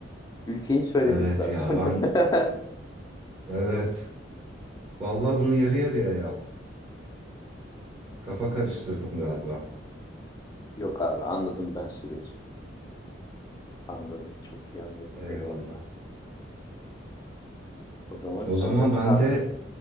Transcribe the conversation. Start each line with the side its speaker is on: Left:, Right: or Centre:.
Left: Ülkeyi söyledik
Right: Evet
Left: zaten.
Right: ya ben
Left: <laughs>
Right: evet. Vallahi bunu yarı yarıya yap. Kafa karıştırdım galiba.
Left: Yok abi anladım ben süreci. Anladım çok iyi anladım.
Right: Eyvallah.
Left: Eyvallah. O zaman
Right: O
Left: senden
Right: zaman ben
Left: harf.
Right: de